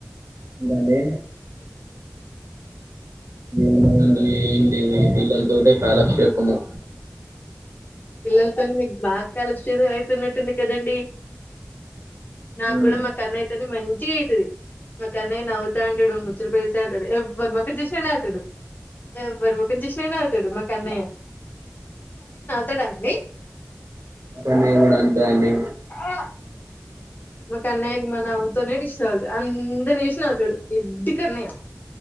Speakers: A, on the right; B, on the left.
A: ఏంటండీ ఏం లేదు అండి ఇ పిల్లల్ ఏంటె కాలక్షేపము
B: పిల్లలతోని మీకు బాగా కాలక్షేపం అవుతున్నట్టుంది కదండి నాకు
A: అవునండి
B: గుడ మా కన్నయ్య తోని మంచిగా ఐతది మా కన్నయ్య నవ్వు అంటడు ముచ్చట పెడతంటడు ఎవ్వరి ముఖం చూసిన నవ్వుతడు, ఎవ్వరి ముఖం చూసిన నవ్వుతడు మా కన్నయ్య. తడా అండి
A: మా కన్నయ్య గుడ అంతే అండి
B: ఆ మా కన్నయ్య మ నవ్వుతనే దిష్టి తగులుతది అందరినీ చూసి నవ్వుతడు ఎడ్డీ కన్నయ్య,